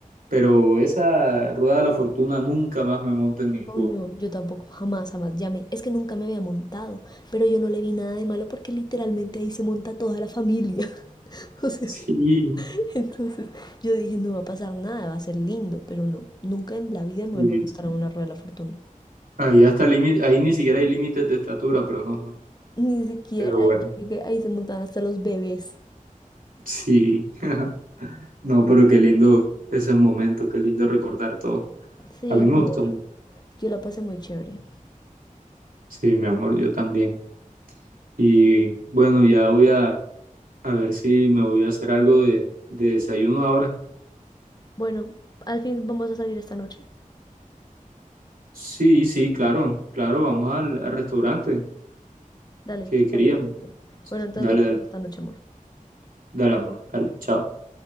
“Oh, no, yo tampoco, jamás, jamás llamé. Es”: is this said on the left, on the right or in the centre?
Left